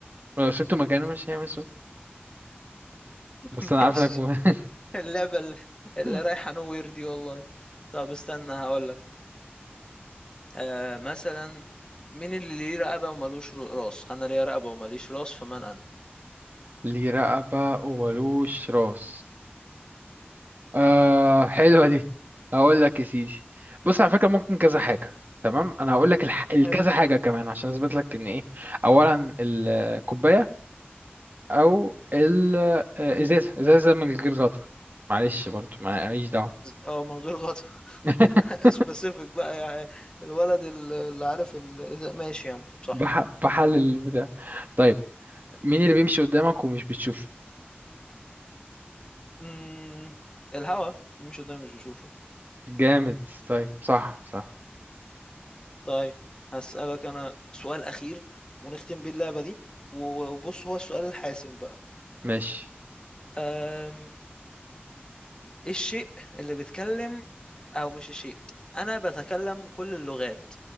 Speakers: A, on the right; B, on the left.
A: ولو سبته مكانه مش هيعمل صوت
B: <laughs>
A: بس
B: ماشي
A: انا عارف انك <laughs>
B: اللعبه اللي, اللي
A: م-
B: رايحه نوير دي والله طب استنى هقول لك آه مثلا مين اللي ليه رقبه ومالوش رو- راس انا ليا رقبه وماليش راس فمن انا
A: ليه رقبة وملوش راس آه حلوة دي هقول لك يا سيدي بص على فكرة ممكن كذا حاجة تمام انا هقول لك الح... الكذا
B: حلو
A: حاجة كمان عشان اثبت لك ان ايه اولا الكوباية او الازازة ازازة من غير غطا معلش برضو ما- ماليش دعوة
B: اه من غير غطا
A: <laughs>
B: <laughs> سبيسيفيك بقى يعني الولد ال- اللي عارف ال... إذا- ماشي يا عم صح
A: بح... بحلل البتاع طيب مين اللي بيمشي قدامك ومش بتشوفه
B: امم الهوا مش قدام مش بشوفه
A: جامد طيب صح صح
B: طيب هسألك انا سؤال اخير ونختم بيه اللعبة دي وبص هو السؤال الحاسم بقى
A: ماشي
B: أم... إيه الشيء اللي بيتكلم او مش الشيء انا بتكلم كل اللغات